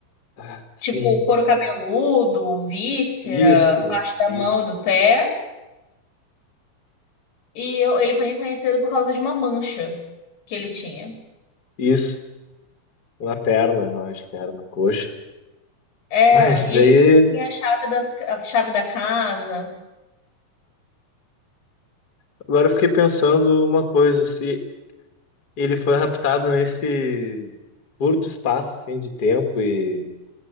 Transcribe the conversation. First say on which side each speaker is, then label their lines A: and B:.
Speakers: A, on the left; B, on the left.
A: Ah, sim,
B: tipo couro
A: sim.
B: cabeludo, víscera,
A: Isso,
B: parte da
A: isso.
B: mão e do pé, e eu- ele foi reconhecido por causa de uma mancha que ele tinha.
A: Isso, na perna, eu acho que era, na coxa.
B: É,
A: Ah, isso
B: e ele
A: daí.
B: tem a chave das, a chave da casa.
A: Agora eu fiquei pensando uma coisa, se ele foi raptado nesse curto espaço assim, de tempo e.